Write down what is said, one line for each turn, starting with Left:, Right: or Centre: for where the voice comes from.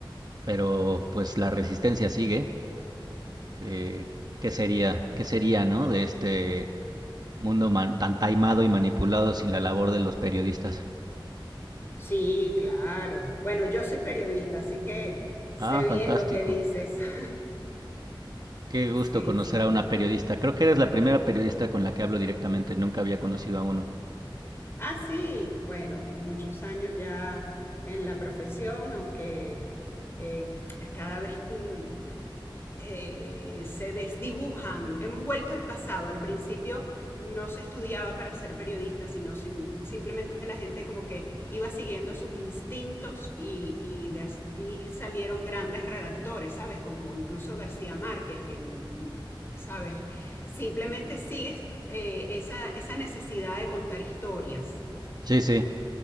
Right: pero pues la resistencia sigue. eh, ¿qué sería, qué sería, ¿no? De este mundo man- tan taimado y manipulado sin la labor de los periodistas.
Left: sí, claro. Bueno, yo soy periodista, así que sé
Right: Ah, fantástico.
Left: bien lo que dices. <laughs>
Right: Qué gusto
Left: sí,
Right: conocer
Left: sí.
Right: a una periodista. Creo que eres la primera periodista con la que hablo directamente. Nunca había conocido a uno.
Left: Ah, sí, bueno, muchos años ya en la profesión, aunque eh, cada vez mm, eh, se desdibujan. Hemos vuelto al pasado. Al principio no se estudiaba para ser periodista, sino sin- simplemente la gente como que iba siguiendo sus instintos y, y de allí salieron grandes redactores, ¿sabes? Como incluso García Márquez, que, mm, ¿sabes? Simplemente sigues eh, esa, esa necesidad de contar historias.
Right: Sí, sí.